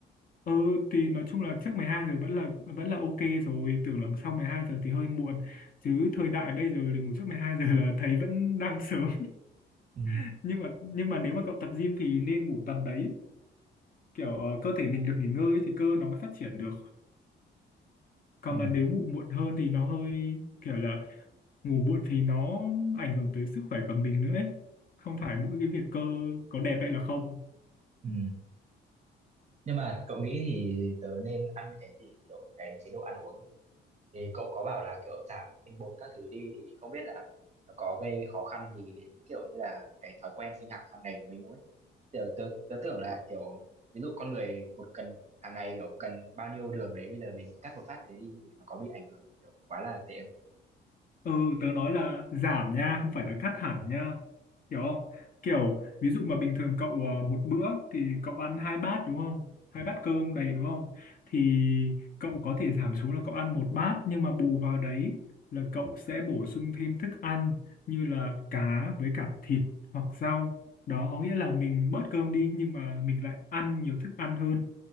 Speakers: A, on the left; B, on the right.
A: ừ thì nói chung là trước 12 giờ vẫn là vẫn là ok rồi tưởng là sau 12 giờ thì hơi muộn chứ thời đại bây giờ thì ngủ trước 12 giờ là thấy vẫn đang sớm
B: ừ
A: <laughs> nhưng mà nhưng mà nếu mà cậu tập gym thì nên ngủ tầm đấy kiểu ờ, cơ thể mình được nghỉ ngơi ấy thì cơ nó mới phát triển được còn
B: ừ
A: mà nếu ngủ muộn hơn thì nó hơi kiểu là ngủ muộn thì nó ảnh hưởng tới sức khỏe của mình nữa ấy không phải mỗi cái việc cơ có đẹp hay là không
B: ừ nhưng mà cậu nghĩ thì tớ nên ăn cái gì kiểu cái chế độ ăn uống ấy. thì cậu có bảo là kiểu giảm tinh bột các thứ đi thì không biết là nó có gây khó khăn gì đến kiểu như là cái thói quen sinh hoạt hàng ngày của mình không ấy kiểu tớ, tớ tưởng là kiểu ví dụ con người một cần hàng ngày kiểu cần bao nhiêu đường đấy bây giờ mình cắt một phát thế đi thì nó có bị ảnh hưởng kiểu quá là tệ không
A: Ừ, tớ nói là giảm nha, không phải là cắt hẳn nha. Hiểu không? Kiểu, ví dụ mà bình thường cậu ờ, một bữa thì cậu ăn hai bát đúng không? Hai bát cơm đầy đúng không? Thì cậu có thể giảm xuống là cậu ăn một bát nhưng mà bù vào đấy là cậu sẽ bổ sung thêm thức ăn như là cá với cả thịt hoặc rau. Đó có nghĩa là mình bớt cơm đi nhưng mà mình lại ăn nhiều thức ăn hơn.